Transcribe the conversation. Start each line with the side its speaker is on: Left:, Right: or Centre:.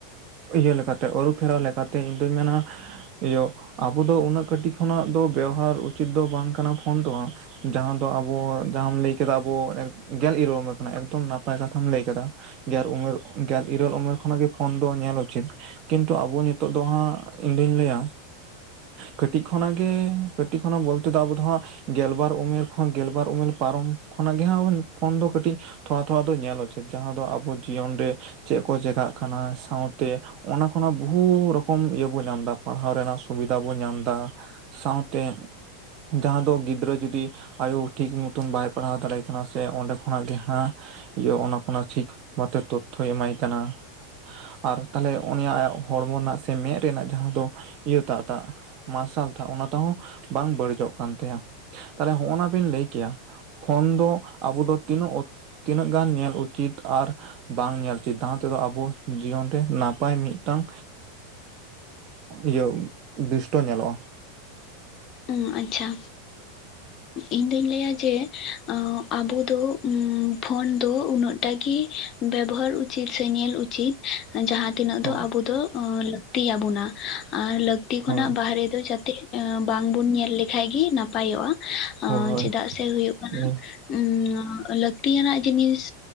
Right: ᱤᱭᱟᱹ ᱞᱮᱠᱟᱛᱮ ᱟᱹᱨᱩ ᱯᱷᱮᱨᱟᱣ ᱞᱮᱠᱟᱛᱮ ᱤᱧᱫᱩᱧ ᱢᱮᱱᱟ᱾ ᱤᱭᱟᱹ ᱟᱵᱚ ᱫᱚ ᱩᱱᱟᱹᱜ ᱠᱟᱹᱴᱤᱡ ᱠᱷᱚᱱᱟᱜ ᱫᱚ ᱵᱮᱣᱦᱟᱨ ᱩᱪᱤᱛ ᱫᱚ ᱵᱟᱝ ᱠᱟᱱᱟ, ᱯᱷᱳᱱ ᱫᱚ ᱦᱚ᱾ ᱡᱟᱦᱟᱸ ᱫᱚ ᱟᱵᱚ ᱡᱟᱦᱟᱸ ᱞᱟᱹᱭ ᱠᱮᱫᱟ ᱟᱵᱚ ᱜᱮᱞ ᱤᱨᱟᱹᱞ ᱩᱢᱮᱨ ᱠᱷᱚᱱᱟᱜ ᱮᱠᱫᱚᱢ ᱱᱟᱯᱟᱭ ᱱᱟᱯᱟᱭ ᱠᱟᱛᱷᱟᱢ ᱞᱟᱹᱭ ᱟᱠᱟᱫᱟ᱾ ᱜᱮᱞ ᱩᱢᱮᱨ ᱜᱮᱞ ᱤᱨᱟᱹᱞ ᱩᱢᱮᱨ ᱠᱷᱚᱱᱟᱜ ᱜᱮ ᱯᱷᱳᱱ ᱫᱚ ᱧᱮᱞ ᱩᱪᱤᱛ᱾ ᱠᱤᱱᱛᱩ ᱟᱵᱚ ᱱᱤᱛᱚᱜ ᱫᱚ ᱦᱟᱸᱜ ᱤᱧᱫᱩᱧ ᱞᱟᱹᱭᱟ ᱠᱟᱹᱴᱤᱡ ᱠᱷᱚᱱᱟᱜ ᱜᱮ ᱠᱟᱹᱴᱤᱡ ᱠᱷᱚᱱᱟᱜ ᱵᱚᱞᱛᱮ ᱫᱚ ᱟᱵᱚ ᱫᱚᱦᱟᱸᱜ ᱜᱮᱞᱵᱟᱨ ᱩᱢᱮᱨ ᱠᱷᱚᱱ ᱜᱮᱞᱵᱟᱨ ᱩᱢᱮᱨ ᱯᱟᱨᱚᱢ ᱠᱷᱚᱱᱟᱜ ᱜᱮ ᱦᱟᱸᱜ ᱯᱷᱳᱱ ᱫᱚ ᱠᱟᱹᱴᱤᱡ ᱛᱷᱚᱲᱟ- ᱛᱷᱚᱲᱟ ᱫᱚ ᱧᱮᱞ ᱩᱪᱤᱛ᱾ ᱡᱟᱦᱟᱸ ᱫᱚ ᱟᱵᱚ ᱡᱤᱭᱚᱱ ᱨᱮ ᱪᱮᱫ ᱠᱚ ᱪᱮᱠᱟᱜ ᱠᱟᱱᱟ? ᱥᱟᱶᱛᱮ ᱚᱱᱟ ᱠᱷᱚᱱᱟᱜ ᱵᱚᱦᱩ ᱨᱚᱠᱚᱢ ᱤᱭᱟᱹ ᱵᱚᱱ ᱧᱟᱢ ᱮᱫᱟ᱾ ᱯᱟᱲᱦᱟᱣ ᱨᱮᱱᱟᱜ ᱥᱩᱵᱤᱫᱷᱟ ᱵᱚᱱ ᱧᱟᱢ ᱮᱫᱟ᱾ ᱥᱟᱶᱛᱮ ᱡᱟᱦᱟᱸ ᱫᱚ ᱜᱤᱫᱽᱨᱟᱹ ᱡᱩᱫᱤ ᱭᱩᱫᱤ ᱟᱭᱳ ᱴᱷᱤᱠ ᱢᱚᱛᱚᱱ ᱵᱟᱭ ᱯᱟᱲᱦᱟᱣ ᱫᱟᱲᱮᱟᱭ ᱠᱟᱱᱟ ᱥᱮ ᱚᱸᱰᱮ ᱠᱷᱚᱱᱟᱜ ᱜᱮ ᱦᱟᱸ ᱤᱭᱟᱹ ᱚᱱᱟ ᱚᱱᱟ ᱴᱷᱤᱠᱛᱮ ᱛᱚᱛᱛᱷᱚᱭ ᱮᱢᱟᱭ ᱠᱟᱱᱟ᱾ ᱟᱨ ᱛᱟᱦᱞᱮ ᱩᱱᱤᱭᱟᱜ ᱦᱚᱲᱢᱚ ᱨᱮᱱᱟᱜ ᱥᱮ ᱢᱮᱸᱫ ᱨᱮᱱᱟᱜ ᱡᱟᱦᱟᱸ ᱫᱚ ᱤᱭᱟᱹ ᱛᱟᱜᱴᱟᱜ ᱢᱟᱨᱥᱟᱞ ᱴᱟᱜ ᱚᱱᱟ ᱴᱟᱜᱦᱚᱸ ᱵᱟᱝ ᱵᱟᱹᱲᱤᱡᱚᱜ ᱠᱟᱱ ᱛᱟᱭᱟ᱾ ᱛᱟᱦᱞᱮ ᱦᱚᱜᱼ ᱱᱟ ᱵᱤᱱ ᱞᱟᱹᱭ ᱠᱮᱭᱟ᱾ ᱯᱷᱚᱱ ᱫᱚ ᱟᱵᱚ ᱫᱚ ᱛᱤᱱᱟᱹᱜ ᱚᱠᱛᱚ ᱛᱤᱱᱟᱹᱜ ᱜᱟᱱ ᱧᱮᱞ ᱩᱪᱤᱛ ᱟᱨ ᱵᱟᱝ ᱧᱮᱞ ᱩᱪᱤᱫ ᱡᱟᱦᱟᱸ ᱛᱮᱫᱚ ᱟᱵᱚ ᱡᱤᱭᱚᱱ ᱨᱮ ᱱᱟᱯᱟᱭ ᱢᱤᱫᱴᱟᱝ
Left: <unintelligible> <inaudible> <inaudible>
Right: ᱤᱭᱟᱹ ᱫᱤᱥᱴᱚ ᱧᱮᱞᱚᱜᱼᱟ
Left: ᱚ ᱟᱪᱪᱷᱟ ᱤᱧ ᱫᱩᱧ ᱞᱟᱹᱭᱟ ᱡᱮ ᱟᱵᱚ ᱫᱚ ᱯᱷᱳᱱ ᱫᱚ ᱩᱱᱟᱹᱜᱴᱟ ᱜᱮ ᱵᱮᱵᱚᱦᱟᱨ ᱩᱪᱤᱛ ᱥᱮ ᱧᱮᱞ ᱩᱪᱤᱛ ᱡᱟᱦᱟᱸᱛᱤᱱᱟᱹᱜ
Right: ᱦᱳᱭ
Left: ᱫᱚ ᱟᱵᱚ ᱫᱚ ᱞᱟᱹᱠᱛᱤ ᱭᱟᱵᱚᱱᱟ ᱟᱨ ᱞᱟᱜᱛᱤ ᱠᱷᱚᱱᱟᱜ
Right: ᱦᱳᱭ
Left: ᱵᱟᱦᱨᱮ ᱫᱚ ᱡᱟᱛᱮ ᱵᱟᱝ ᱵᱩᱱ ᱧᱮᱞ ᱞᱮᱠᱷᱟᱡ ᱜᱮ ᱱᱟᱯᱟᱭᱚᱜᱼᱟ
Right: ᱦᱳᱭ
Left: ᱪᱮᱫᱟᱜ ᱥᱮ ᱦᱳᱭᱳᱜ ᱠᱟᱱᱟ
Right: ᱦᱳᱭ
Left: ᱦᱩᱸ ᱞᱟᱹᱠᱛᱤ ᱭᱟᱱᱟᱜ ᱡᱤᱱᱤᱥ